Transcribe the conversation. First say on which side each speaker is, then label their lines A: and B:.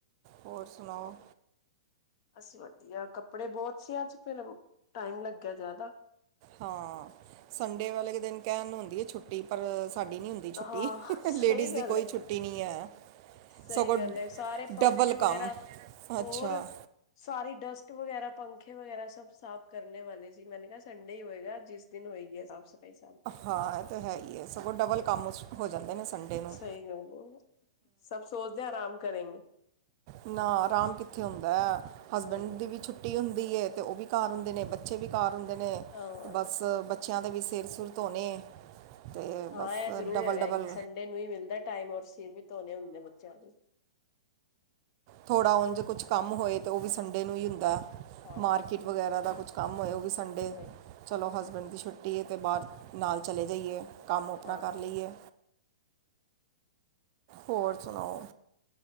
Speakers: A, on the right; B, on the left.
A: ਹੋਰ ਸੁਣਾਓ।
B: ਅਸੀਂ ਵਧੀਆ, ਕੱਪੜੇ ਬਹੁਤ ਸੀ, ਅੱਜ ਫਿਰ ਟਾਈਮ ਲੱਗਿਆ ਜ਼ਿਆਦਾ।
A: ਹਾਂ, ਸੰਡੇ ਵਾਲੇ ਦਿਨ ਕਹਿਣ ਹੁੰਦੀ ਐ ਛੁੱਟੀ, ਪਰ ਸਾਡੀ ਨੀ ਹੁੰਦੀ ਦੀ ਛੁੱਟੀ,
B: ਹਾਂ ਸਹੀ
A: ਲੇਡੀਸ ਦੀ
B: ਗੱਲ
A: ਕੋਈ
B: ਏ।
A: ਛੁੱਟੀ ਨਈ ਐ।
B: ਸਹੀ
A: ਸੋਗੋ
B: ਗੱਲ ਏ, ਸਾਰੇ ਪੰਖੇ
A: ਡਬਲ
B: ਵਗੈਰਾ
A: ਕੰਮ,
B: ਹੋਰ
A: ਅੱਛਾ।
B: ਸਾਰੀ ਡਸਟ ਵਗੈਰਾ, ਪੰਖੇ ਵਗੈਰਾ ਸਭ ਸਾਫ਼ ਕਰਨੇ ਵਾਲੇ ਸੀ, ਮੈਨੇ ਕਿਹਾ ਸੰਡੇ ਈ ਹੋਏਗਾ, ਜਿਸ ਦਿਨ ਹੋਏਗੀ ਏ ਸਾਫ਼- ਸਫ਼ਾਈ ਸਬ
A: ਹਾਂ ਤੇ ਹੈ ਹੀ ਹੈ, ਸਗੋਂ ਡਬਲ ਕੰਮ ਹੋ ਜਾਂਦੇ ਨੇ ਸੰਡੇ ਨੂੰ
B: ਸਹੀ ਗੱਲ ਐ, ਸਭ ਸੋਚਦੇ ਆਰਾਮ ਕਰੇਂਗੇ।
A: ਨਾ ਆਰਾਮ ਕਿੱਥੇ ਹੁੰਦਾ, ਹਸਬੈਂਡ
B: ਹਮ
A: ਦੀ ਵੀ ਛੁੱਟੀ ਹੁੰਦੀ ਐ, ਤੇ ਉਹ ਵੀ ਘਰ ਹੁੰਦੇ ਨੇੱ, ਬੱ ਬੱਚੇ ਵੀ ਘਰ ਹੁੰਦੇ ਨੇ,
B: ਹਾਂ
A: ਬਸ ਬੱਚਿਆਂ ਦੇ ਵੀ ਸਿਰ- ਸੁੁਰ ਧੋਣੇ। ਤੇ
B: ਹਾਂ
A: ਬਸ
B: ਇਹ ਜ਼ਰੂਰ
A: ਡਬਲ
B: ਹੈਗਾ,
A: ਡਬਲ
B: ਕਿ ਸੰਡੇ ਨੂੰ ਹੀ ਮਿਲਦਾ ਟਾਈਮ ਔਰ ਸਿਰ ਵੀ ਧੋਣੇ ਹੁੰਦੇ ਬੱਚਿਆਂ ਦੇ।
A: ਥੋੜ੍ਹਾ ਉਂਝ ਕੁਝ ਕੰਮ ਹੋਏ, ਤਾਂ ਉਹ ਵੀ ਸੰਡੇ ਨੂੰ ਈ ਹੁੰਦਾ,
B: ਹਾਂ
A: ਮਾਰਕੀਟ ਵਗੈਰਾ ਦਾ ਕੁਛ ਕੰਮ ਹੋਏ ਉਹ ਵੀ ਸੰਡੇ
B: ਸਹੀ
A: ਚਲੋ ਹਸਬੈਂਡ ਦੀ ਛੁੱਟੀ ਐ, ਅਤੇ ਬਾਹਰ ਨਾਲ ਚਲੇ ਜਾਈਏ, ਕੰਮ ਆਪਣਾ
B: ਹਾਂ
A: ਕਰ ਲਈਏ। ਹੋਰ ਸੁਣਾਓ।